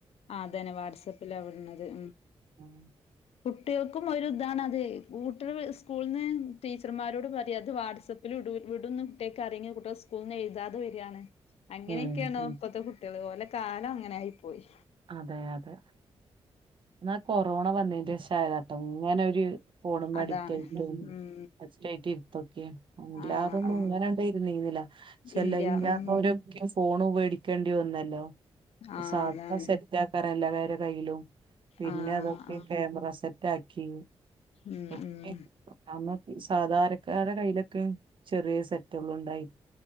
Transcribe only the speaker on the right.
ഉം
ഉം ഉം
അതെ അതെ ന്നാ കൊറോണ വന്നേന്റെഷായാതാട്ടോ ഇങ്ങനെ ര് ഫോണ്‌മ്മ
അഡിക്ട്റ്റായിറ്റും
അഡിക്റ്റായിറ്റ് ഇര്ത്തൊക്കെ അല്ലാതൊന്നും
ഇങ്ങന്യാണ്ട് ഇര്ന്നിന്നില്ല. ചെല
ഇല്ലാത്തൊര്
ക്ക്യാ ഫോണ്‌ വേടി ക്കേണ്ടി വന്നല്ലോ
സാദാ
സെറ്റാക <unintelligible> കയ്യിലും പിന്നെ
ഇതൊക്കെ
ക്യാമറ സെറ്റാ ക്കി
<unintelligible>
നമ്മ സാധാരക്കാരെ കയ്യിലൊക്കെ ചെറിയ സെറ്റോള്ളുണ്ടായി